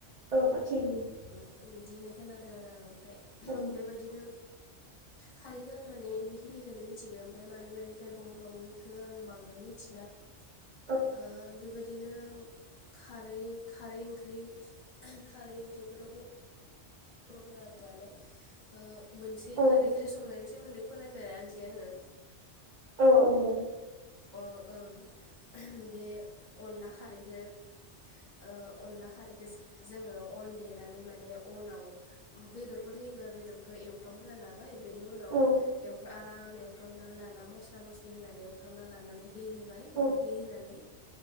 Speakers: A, on the right (about 60°); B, on the left (about 45°).
A: <unintelligible>
B: आं बिदि होननाय खोनादो आरो आं ओमफाय <unintelligible>
A: औ
B: बेबायदिनो खारैखो आं माने बेखिनिखोनो मिथिगो ओमफाय मानि-मानिफ्राय बहनबावो इखो आं बांद्राय मिथि
A: <unintelligible>
B: ओ बेबायदिनो खारै - खारै ओंख्रि खारै ओंख्रिखौथ' बर'फोराबोआनो ओ मोनसे
A: औ
B: खारै ओख्रि संनायनि सोमोन्दै फरायबायानोसै आङो
A: औ औ दे
B: ओ अ ओं बे अनला खारैखो ओ अनला खारैखौ जोङो अन देनानै माने अनाव बेदरफोर होयोबा बेदरखौ एवफ्रामग्रा लाबाय बेनि उनाव
A: औ
B: आराम एवफ्रामना लाना मस्ला मस्लि होनानै एवफ्रामना लानानै दै होबाय ओमफफ्राय
A: औ
B: दै होनानै